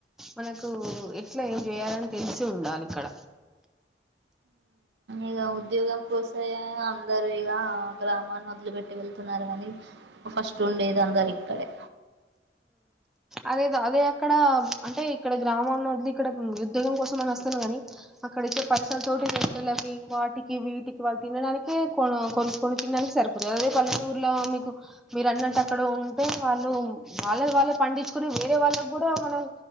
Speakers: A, in the centre; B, on the right.
A: మనకు ఎట్లా ఏం చేయాలని తెలిసి ఉండాలి ఇక్కడ
B: ఇక ఉద్యోగం కోసయ అందరుూ ఇక గ్రామాన్ని వదిలి పెెట్టి వెళ్తున్నారు కానీ ఫస్ట్ ఉండేది అందరు ఇక్కడే
A: అదే అదే అక్కడ అంటే ఇక్కడ గ్రామన్నిది ఇక్కడ ఉద్యోగం కోసం అని వస్తున్నా కాని అక్కడి ఇచ్చే పైసల తోటి రెంటలకి వాటికి వీటికి వాళ్ళు తినడానికే కొ కొన్ని కొన్ని తినడానికి సరిపోతు అదే పల్లెటూరులో మీకు మీరన్నత ఇక్కడ ఉంటే వాళ్ళు వాళ్ళ వాళ్ళ పండించుకుని వేరే వాళ్ళకి కూడా మనం